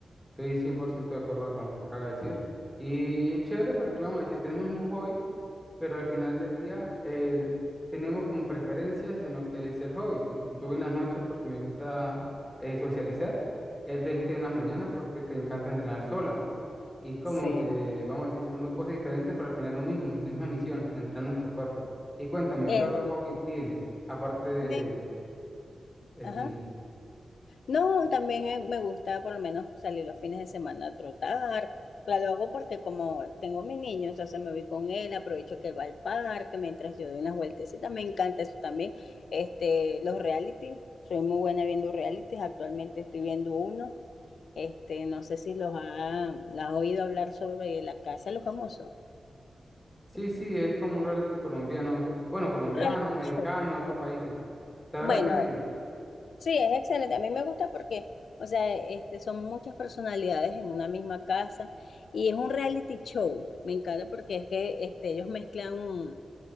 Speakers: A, in the centre; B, on the left.
A: Estoy 100% de acuerdo con lo que acaba de decir. Y es chévere porque, vamos a decir, tenemos un hobbit, pero al final del día el- tenemos como preferencias en lo que es el hobbit. Tipo, yo voy en las noches porque me gusta eh, socializar, y a ti te gusta ir en las mañanas porque te encanta entrenar sola. Y es como
B: Sí.
A: que, vamos a decir, son dos cosas diferentes, pero al final lo mismo, la misma misión, entrenar nuestro cuerpo. Y cuéntame,
B: Es
A: ¿qué otro
B: lo
A: hobbit
B: mismo.
A: tienes aparte de,
B: Me-
A: del
B: ajá.
A: gym?
B: No, también eh, me gusta por lo menos salir los fines de semana a trotar. Claro, lo hago porque como tengo a mi niño, entonces me voy con él, aprovecho que él va al parque mientras yo doy unas vueltecitas. Me encanta eso también. Este, los reality, soy muy buena viendo realities. Actualmente estoy viendo uno Este, no sé si los ha, la has oído hablar sobre la Casa de los Famosos.
A: Sí, sí, es como un reality colombiano, que, bueno,
B: Un
A: colombiano,
B: reality
A: mexicano,
B: show.
A: otros países. La verdad
B: Bueno,
A: que sí,
B: eh, sí, es excelente. A mí me gusta porque, o sea, este, son muchas personalidades en una misma casa y es un reality show. Me encanta porque es que este, ellos mezclan un-